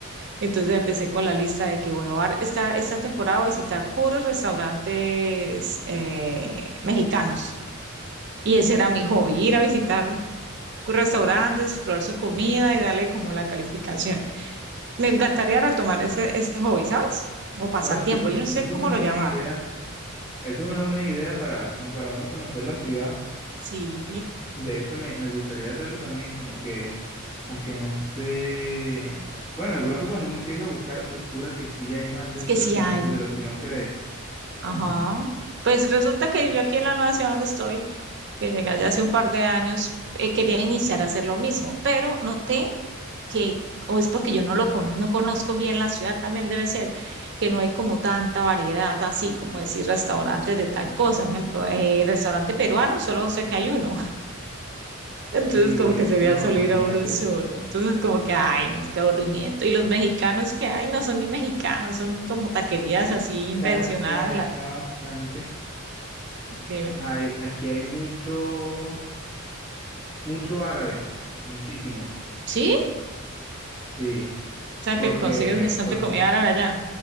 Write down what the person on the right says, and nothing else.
Entonces empecé con la lista de que, bueno, ahora esta, esta temporada voy a visitar puros restaurantes eh, mexicanos. Y ese era mi hobby, ir a visitar restaurantes, probar su comida y darle como la calificación. Me encantaría retomar ese, ese hobby, ¿sabes? O pasatiempo,
yo no sé
cómo
lo
llamaría.
Sí,
es que
sí hay.
Ajá.
Pues resulta que yo aquí en la nueva ciudad donde estoy, que llegué ya hace un par de años, eh, quería iniciar a hacer lo mismo, pero noté que, o es porque yo no lo con- no conozco bien la ciudad, también debe ser que no hay como tanta variedad, así como decir restaurantes de tal cosa. Por ejemplo, eh, restaurante peruano, solo sé que hay uno. <laughs> Entonces,
como que
sería
solo
ir a uno solo. Entonces, como que, ay, no, qué aburrimiento. Y los mexicanos que hay no son ni mexicanos, son como taquerías así
invencionadas.
La,
dime.
¿Sí? O
sea
que consigues bastante
comida árabe allá.